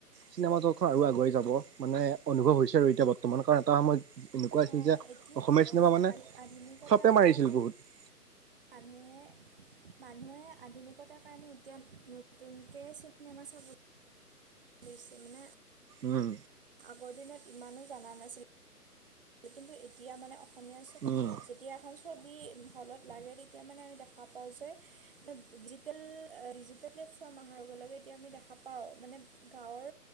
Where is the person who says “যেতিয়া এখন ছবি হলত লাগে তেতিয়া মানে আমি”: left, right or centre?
Right